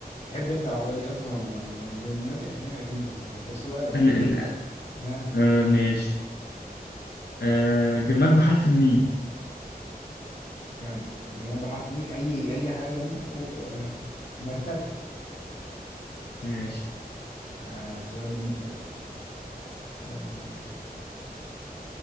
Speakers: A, on the left (about 40°); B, on the left (about 85°).
A: تحب انت العربية دي اصلا ولا ما ولا من الناس اسامي اكيد مش بتحبها طب سؤالك
B: ال-
A: يلا
B: ال-
A: ها آه.
B: آه، ماشي آه جماد بحرف الميم
A: جم- جماد بحرف مين اي اي حاجة جامدة كو... آه. مرتبة
B: ماشي
A: آه. سؤالي ليك بقى آه.